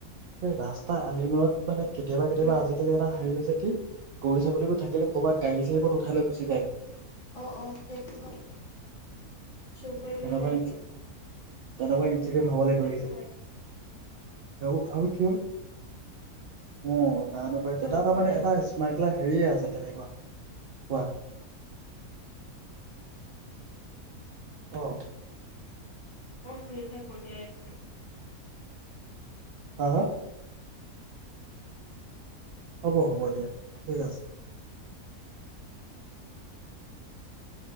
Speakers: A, on the right (about 90°); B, on the left (about 55°).
A: সেই ৰাস্তা আলিমূৰত মানে কেতিয়াবা কেতিয়াবা
B: উম
A: আজিকালি এটা হেৰি হৈছে কি গৰু ছাগলীবোৰ থাকিলে কৰবাত গড়ী চাৰীবোৰত উঠাই গুছি যায়
B: অ অ সেইটো হয় চুৰ কৰি লৈ
A: তেনেকোৱা
B: যায়গৈ
A: তেনেকোৱা ইনঞ্চিডেণ্ট
B: কাটি
A: হবলৈ
B: পেলাই
A: ধৰিছে
B: খাই
A: আৰু আৰু কি হল অ জানো পাৰ তেতিয়া
B: অ
A: তাৰ
B: শুনাচোন
A: মানে এটা স্মাগলাৰ হেৰিয়ে আছে তেনেকোৱা কোৱা
B: <unintelligible>
A: অহ
B: মই শুই থাকো দে তুমি
A: হা হা হ'ব হ'ব দিয়া ঠিক আছে
B: <unintelligible>